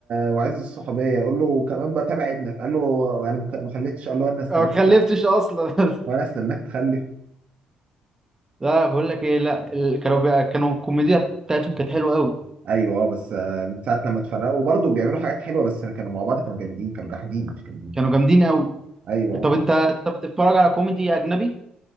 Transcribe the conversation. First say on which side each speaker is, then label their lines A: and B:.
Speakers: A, on the right; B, on the right.
A: وعز الصحوبيه يقول له كمان بتابع ابنك قال له انا ما خليتش قال له انا استناك
B: أنا ما خلفتش اصلا <laughs>
A: وانا استناك تخلف
B: لا بقول لك ايه لا ال- كانوا بي... كانوا الكوميديا بتاعتهم كانت حلوة قوي
A: ايوه اه بس آه، من ساعه لما اتفرقوا وبرضه بيعملوا حاجات حلوه بس كانوا مع بعض كانوا جامدين كانوا جاحدين مش جامدين
B: كانوا جامدين قوي
A: ايوه آه.
B: طب انت انت بتتفرج على كوميدي اجنبي